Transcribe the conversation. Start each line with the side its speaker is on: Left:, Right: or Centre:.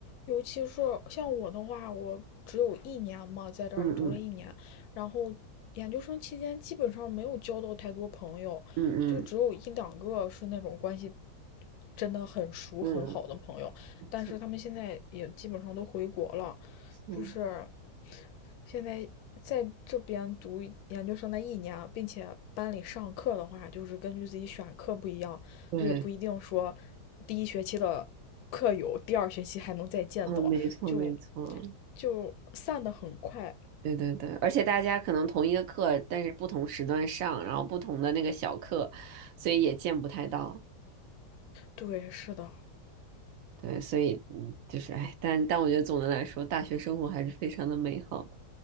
Left: 尤其是像我的话，我只有一年嘛，在这儿读了一年，
Right: 嗯嗯
Left: 然后研究生期间基本上没有交到太多朋友，
Right: 嗯
Left: 就只有一两个是那种关系真的很熟很好的朋友，
Right: 嗯嗯，
Left: 但是他们现在也基本上都回国了，
Right: 是是，
Left: 就是现在在这边读研究生的一年，并且班里上课的话，就是根据自己选课不一样，
Right: 对，
Left: 就也不一定说第一学期的课友，第二学期还能再见到，
Right: 嗯，没错没错，
Left: 就就散的很快。
Right: 对对对，而且大家可能同一个课，但是不同时段上，然后不同的那个小课，所以也见不太到。
Left: 对，是的，
Right: 对，所以嗯就是哎，但但我觉得总的来说，大学生活还是非常的美好的。